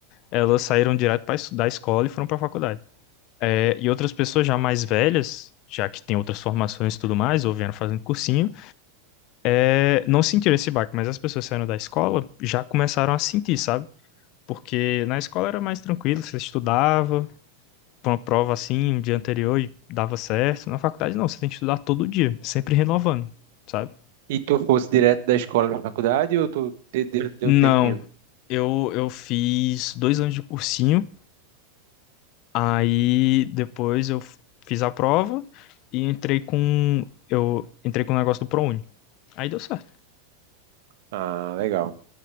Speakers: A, on the left (about 50°); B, on the right (about 65°).
A: elas saíram direto pra, es- da escola e foram para a faculdade. É, e outras pessoas já mais velhas, já que tem outras formações e tudo mais, ou vieram fazendo cursinho, é, não sentiram esse baque, mas as pessoas saindo da escola já começaram a sentir, sabe? Porque na escola era mais tranquilo, você estudava, pra uma prova assim, um dia anterior e dava certo. Na faculdade não, você tem que estudar todo dia, sempre renovando, sabe?
B: E tu fosse direto da escola pra faculdade ou tu te- deu deu
A: Não,
B: um tempinho?
A: eu, eu fiz dois anos de cursinho, aí depois eu f- fiz a prova e entrei com eu entrei com o negócio do ProUni. Aí deu certo,
B: Ah, legal.